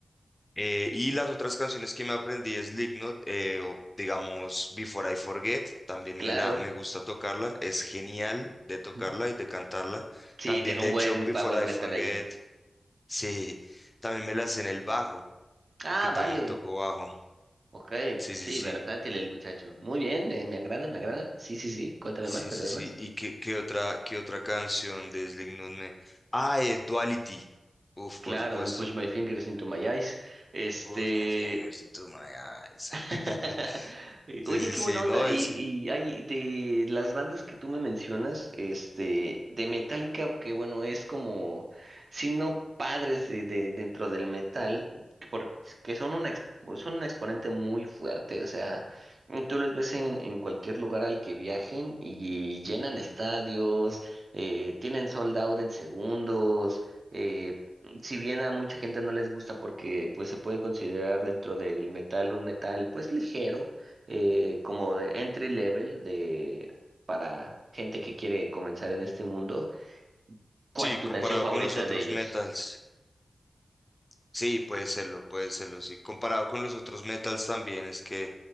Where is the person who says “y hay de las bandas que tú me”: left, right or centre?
Right